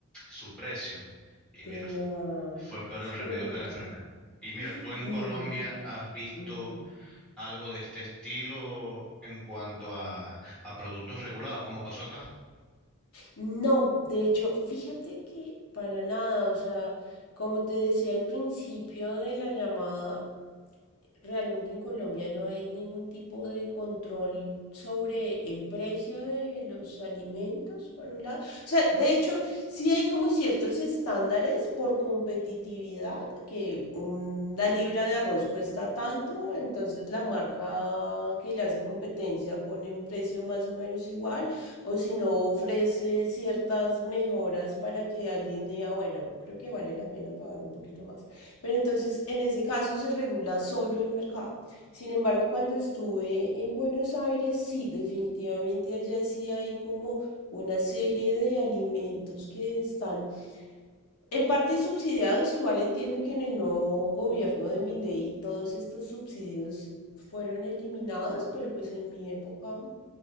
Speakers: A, in the centre; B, on the left.
A: su precio. Y
B: tenaz.
A: mira, fue peor el remedio
B: Uh,
A: que la enfermedad. Y mira,
B: <gasps>
A: tú en Colombia
B: mm,
A: has visto
B: ujú.
A: algo de este estilo en cuanto a, a productos regulados, como pasó acá.
B: No, de hecho, fíjate que para nada, o sea, como te decía al principio de la llamada, realmente en Colombia no hay ningún tipo de control sobre el precio de los alimentos, por un lado. O sea, de hecho, sí hay como ciertos estándares por competitividad, que una libra de arroz cuesta tanto, entonces la marca que le hace competencia pone un precio más o menos igual. O si no, ofrece ciertas mejoras para que alguien diga, bueno, creo que vale la pena pagar un poquito más. Pero entonces, en ese caso, se regula solo el mercado. Sin embargo, cuando estuve en Buenos Aires, sí, definitivamente allá sí hay como una serie de alimentos que están en parte subsidiados. Igual entiendo que en el nuevo gobierno de Milei todos estos subsidios fueron eliminados, pero pues en mi época